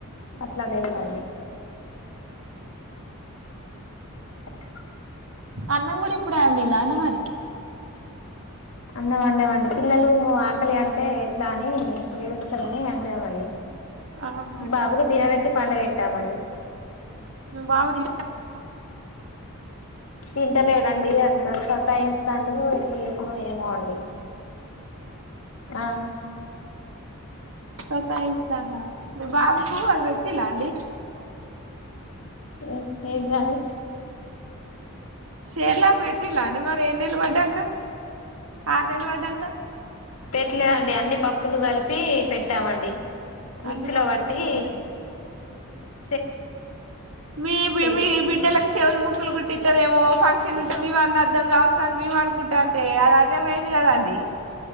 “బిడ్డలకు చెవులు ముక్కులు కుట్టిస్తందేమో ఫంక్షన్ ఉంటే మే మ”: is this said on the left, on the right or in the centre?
Right